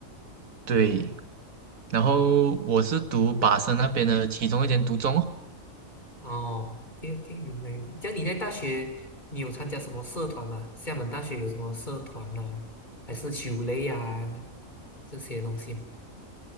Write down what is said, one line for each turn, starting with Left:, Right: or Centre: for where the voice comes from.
Right: 对，然后我是读巴生那边的其中一间读中哦
Left: 哦，OK OK，明白明白。这样你在大学，你有参加什么社团吗？厦门大学有什么社团啊？还是球类啊这些东西？